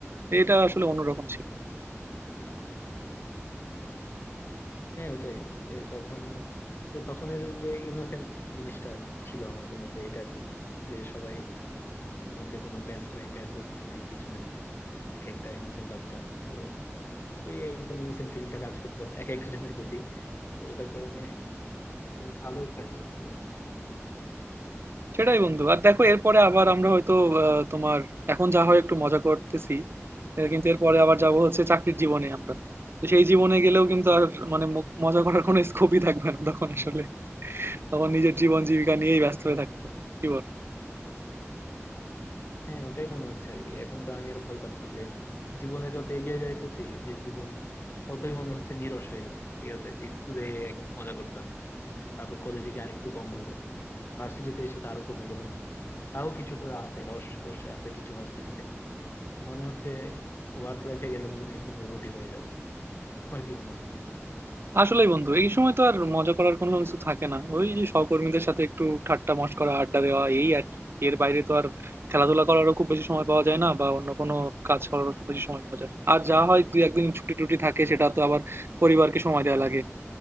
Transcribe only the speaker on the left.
হ্যাঁ ওটাই যে তখন যে তখনের যে ইনোসেন্স জিনিসটা ছিল আমাদের মধ্যে এটা আর কি যে সবাই মধ্যে কোনো প্যাঁচ নাই প্যাঁচ গোছ নাই কিছু নাই এক একটা ইনোসেন্ট বাচ্চা তো ওই একদম ইনোসেন্ট ফিলিংটা কাজ করতো এক একজনের প্রতি তো ওটার কারণে ভালোই কাটছিল সময়গুলো
হম
হম
হ্যাঁ ওটাই মনে হচ্ছে আর কি এখন তো আমি আর ভয় পাচ্ছি যে জীবনে যত এগিয়ে যাইতেছি যে জীবন ততই মনে হচ্ছে নিরস হয়ে যাচ্ছে ঠিক আছে যে স্কুলে এক মজা করতাম তারপর কলেজে গিয়ে আরেকটু কম হলো ভার্সিটিতে এসে তো আরো কমে গেল তাও কিছুটা আছে রস কষ্ট আছে কিছু ভার্সিটিতে মনে হচ্ছে ওয়ার্ক লাইফে গেলে মনে হয় একদম রোবটই হয়ে যাবো আমার কি মনে হয়